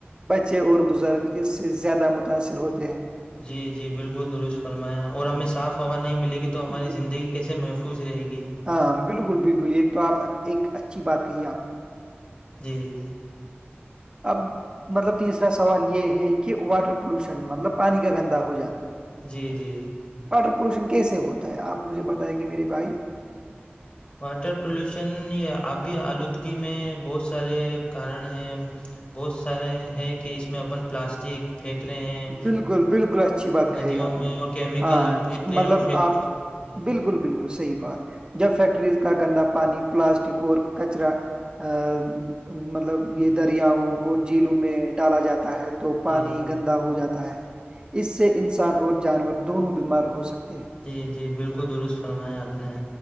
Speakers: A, on the right (about 25°); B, on the left (about 35°).
A: بچے اور بزرگ اس سے زیادہ متاثر ہوتے ہیں
B: جی جی بالکل درست فرمایا اور ہمیں صاف ہوا نہیں ملے گی تو ہماری
A: بال-
B: زندگی کیسے محفوظ رہے گی
A: ہاں بالکل بالکل ایک تو آپ ایک اچھی بات کہی آپ نے
B: جی
A: اب مطلب تیسرا سوال یہ ہے کہ واٹر پولوشن مطلب پانی کا گندا ہو جانا
B: جی جی
A: واٹر پولوشن کیسے ہوتا ہے آپ مجھے بتائیں گے میرے بھائی
B: واٹر پلیوشن یا آبی آلودگی میں بہت سارے کارن ہیں بہت سارے ہیں کہ اس میں اپن پلاسٹک پھینک رہے ہیں
A: بالکل بالکل اچھی بات کہی
B: ندیوں
A: آپ
B: میں
A: نے
B: اور کیمیکل
A: ہاں
B: پھینک رہے
A: مطلب
B: ہیں اور فیکٹ
A: آپ
B: جی
A: بالکل بالکل صحیح بات جب فیکٹریز کا گندا پانی پلاسٹک اور کچرا ا مطلب یہ دریاؤں اور جھیلوں میں ڈالا جاتا ہے تو پانی
B: جی
A: گندا ہو جاتا ہے اس سے انسان اور جانور دونوں بیمار ہو سکتے ہیں
B: جی جی بالکل درست فرمایا آپ نے